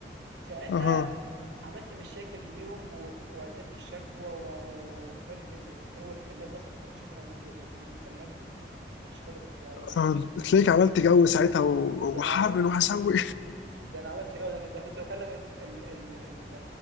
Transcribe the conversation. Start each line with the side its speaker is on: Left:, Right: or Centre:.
Right: ساعتها
Left: اها
Right: عملت مشاكل ليهم و وقدّمت الشكوى و ولدرجة إن المدير هو اللي كلّمني أصلًا، ما طلبتش أكلّم مدير، ده المدير اللي كلّمني من كتر الشكاوى اللي كنت باعملها.
Left: آه، تلاقيك عملت جو ساعتها و-
Right: ده
Left: وهعمل
Right: أنا
Left: وهسوي
Right: ده أنا عملت كده، أنا كنت أنا كنت باكلّم ال ال ال ال